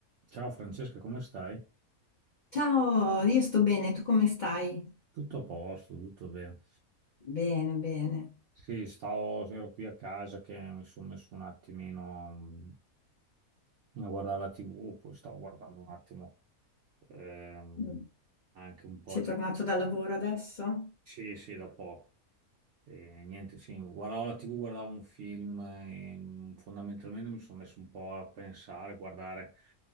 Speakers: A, on the right; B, on the left.
A: Ciao Francesca, come stai?
B: Ciao, io sto bene, tu come stai?
A: Tutto a posto, tutto bene.
B: Bene, bene.
A: Sì, stavo, ero qui a casa che mi sono messo un attimino mh, a guardare la TV, poi stavo guardando un attimo ehm,
B: Mm.
A: anche un po'
B: Sei
A: di...
B: tornato dal lavoro adesso?
A: Sì, sì, da poco. E niente, sì, guardavo la TV, guardavo un film e mh, fondamentalmente mi sono messo un po' a pensare, a guardare